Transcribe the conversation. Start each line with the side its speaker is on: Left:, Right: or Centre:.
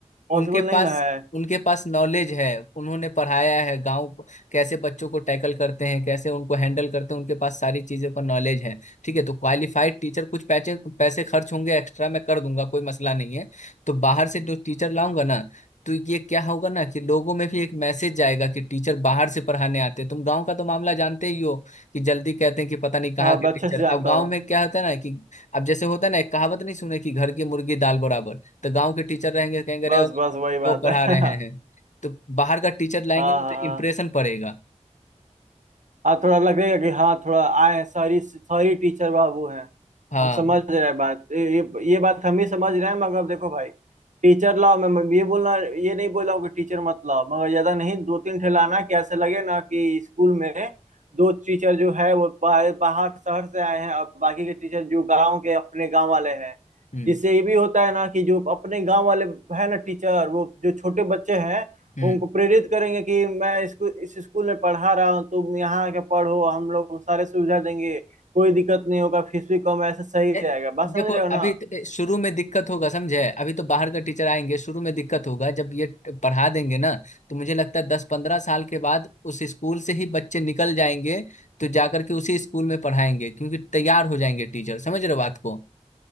Right: पॉसिबल
Left: उनके
Right: नहीं
Left: पास
Right: ना है
Left: उनके पास नॉलेज है उन्होंने पढ़ाया है गांव को- कैसे बच्चों को टैकल करते हैं कैसे उनको हैंडल करते हैं उनके पास सारी चीजों का नॉलेज है ठीक है तो क्वालिफाइड टीचर कुछ पैसे पैसे खर्च होंगे एक्स्ट्रा मैं कर दूंगा कोई मसला नहीं है तो बाहर से जो टीचर लाऊंगा ना तो ये क्या होगा ना कि लोगों में भी एक मैसेज जाएगा कि टीचर बाहर से पढ़ाने आते हैं तुम गांव का तो मामला जानते ही हो कि जल्दी कहते हैं कि पता नहीं कहाँ
Right: हाँ मैं
Left: के
Right: अच्छे
Left: टीचर
Right: से जानता
Left: अब गांव
Right: हूँ
Left: में क्या होता है ना कि अब जैसे होता है ना एक कहावत नहीं सुने कि घर की मुर्गी दाल बराबर तो गांव के टीचर रहेंगे कहेंगे अरे
Right: बस बस वही बात
Left: वो पढ़ा
Right: है <laughs>
Left: रहे
Right: हाँ
Left: हैं तो बाहर का टीचर लाएंगे
Right: हाँ
Left: ना तो इम्प्रेशन पड़ेगा
Right: हाँ थोड़ा लगेगा कि हाँ थोड़ा आए सॉरी सॉरी टीचर बाबू हैं
Left: हाँ
Right: हम समझ रहे हैं बात ये ये ये बात हम भी समझ रहे हैं मगर देखो भाई टीचर लाओ मैं मैं ये बोलना ये नहीं बोल रहा हूँ कि टीचर मत लाओ मगर ज्यादा नहीं दो तीन ठे लाना कि ऐसे लगे ना कि स्कूल में दो टीचर जो है वो बाहर बाहर शहर से आए हैं और बाकी के टीचर जो गांव के अपने गांव वाले हैं
Left: हम्म
Right: जिससे ये भी होता है ना कि जो अपने गांव वाले है ना टीचर वो जो छोटे बच्चे हैं
Left: हम्म
Right: उनको प्रेरित करेंगे कि मैं इसको इस स्कूल में पढ़ा रहा हूँ तुम यहाँ आके पढ़ो हम लोग सारे सुविधा देंगे कोई दिक्कत नहीं होगा फीस भी कम है, ऐसे सही रहेगा
Left: ए-
Right: बात समझ
Left: देखो
Right: रहे हो ना
Left: अभी त- ए, शुरू में दिक्कत होगा समझे अभी तो बाहर का टीचर आएंगे शुरू में दिक्कत होगा जब ये ट- पढ़ा देंगे ना तो मुझे लगता है दस पंद्रह साल के बाद उस स्कूल से ही बच्चे निकल जाएंगे तो जाकर के उसी स्कूल में पढ़ाएंगे क्योंकि तैयार हो जाएंगे टीचर समझ रहे हो बात को